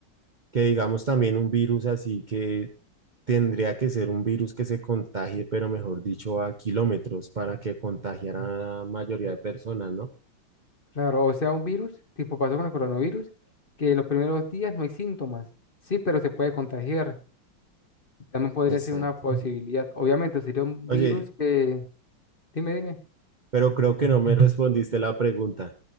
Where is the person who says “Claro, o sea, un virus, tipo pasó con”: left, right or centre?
Left